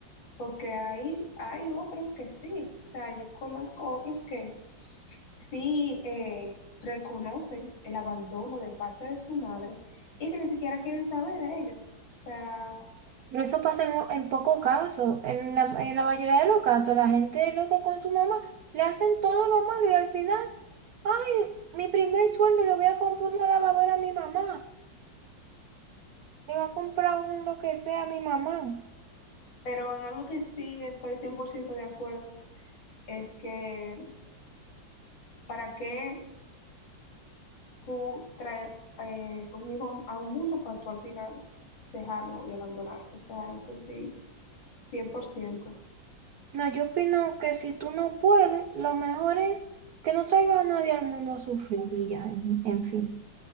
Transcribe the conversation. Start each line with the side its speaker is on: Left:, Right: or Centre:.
Left: porque hay, hay otros que sí, o sea, yo conozco otros que sí eh, reconocen el abandono de parte de su madre y que ni siquiera quieren saber de ellos, o sea,
Right: Pero eso pasa en, en poco caso. En la, en la mayoría de los casos, la gente loca con su mamá le hacen todo lo malo y al final, ay, mi primer sueldo le voy a comprar una lavadora a mi mamá. Le va a comprar un lo que sea a mi mamá.
Left: pero en algo que sí estoy 100% de acuerdo es que ¿para qué tú traer eh, un hijo a un mundo para tú al final dejarlo y abandonarlo? O sea, eso sí. cien por ciento
Right: No, yo opino que si tú no puedes, lo mejor es que no traiga a nadie al mundo a sufrir y ya, en en fin.